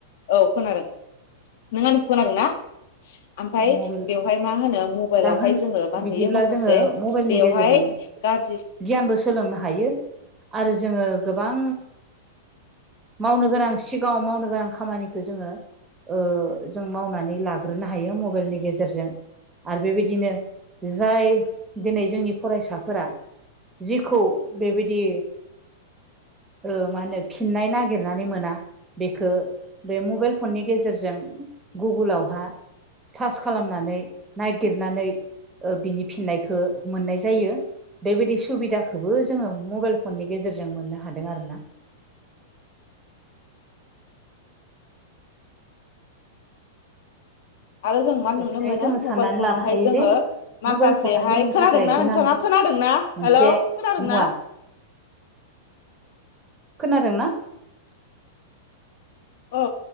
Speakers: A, on the left; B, on the right.
A: औ खोनादों नों आंनिखौ खोनादों ना? ओमफ्राय
B: दा मबाइल
A: बेवहाय मा होनो मबाइलावहाय
B: दा होन
A: जोङो मा
B: बिदिब्ला
A: नुयो माखासे
B: जोङो मबाइलनि
A: बेवहाय
B: गेजेरजों
A: गाज्रि
B: गियानबो सोलोंनो हायो आरो जोङो गोबां मावनो गोनां सिगाङाव मावनो गोनां खामानिखौ जोङो ओ जों मावनानै लाग्रोनो हायो मबाइलनि गेजेरजों। आरो बेबायदिनो जाय दिनै जोंनि फरायसाफोरा जिखौ बेबायदि ओ मा होनो फिननाय नागिरनानै मोना बेखौ बे मबाइल फननि गेजेरजों गुगोलावहा सार्च खालामनानै नागिरनानै ओ बिनि फिननायखौ मोननाय जायो। बेबायदि सुबिदाखौबो जोङो मबाइल फननि गेजेरजों मोननो हादों आर ना।
A: <inaudible> आरो जों मा नुनो
B: बेखायनो
A: मोनो
B: जोङो साननानै
A: मबाइल फनावहाय
B: लानो हायो
A: जोङो
B: जे मबाइल
A: माखासेहाय
B: फना जोंनि
A: खोनादोंना
B: थाखाय गोनां
A: नोंथाङा खोनादों ा
B: मोनसे
A: हेल' खोनादोंना।
B: मुवा खोनादोंना।
A: औ